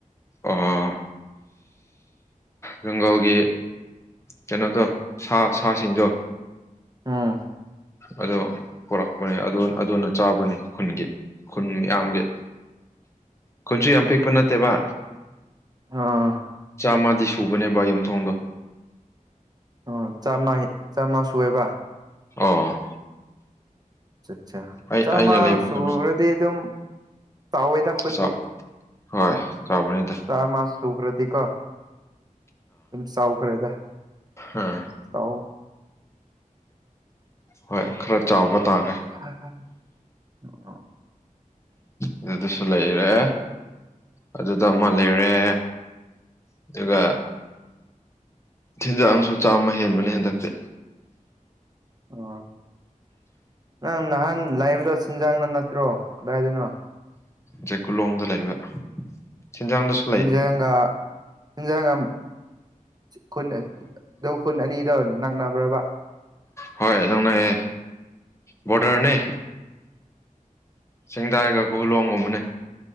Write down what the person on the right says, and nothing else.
ꯑꯝ
ꯎꯝ
ꯎꯝ ꯆꯥꯝꯃ ꯆꯥꯝꯃ ꯁꯨꯑꯦꯕ
ꯑꯆꯥ ꯆꯥ
ꯆꯃꯥ
ꯁꯨꯔꯗꯤ
ꯑꯗꯨꯝ ꯇꯋꯦꯗ ꯈꯣꯟꯗꯦ
ꯆꯥ ꯃꯥꯁ ꯁꯨꯈ꯭ꯔꯦꯗꯤ ꯀ ꯁꯥꯥꯎꯈ꯭ꯔꯦꯗ
ꯑ
ꯍ
ꯑꯣ ꯅꯪ ꯅꯍꯥꯟ ꯂꯥꯏꯕꯗꯣ ꯁꯦꯟꯖꯥꯡꯅ ꯅꯠꯇ꯭ꯔꯣ ꯀꯗꯥꯏꯗꯅꯣ
ꯁꯤꯟꯖꯒ <inaudible> ꯍꯤꯟꯖꯥꯡ ꯈꯨꯟ ꯑꯗꯣ ꯈꯨꯟ ꯑꯅꯤꯗꯣ ꯅꯛꯅꯕ꯭ꯔꯕ
ꯑꯆꯥ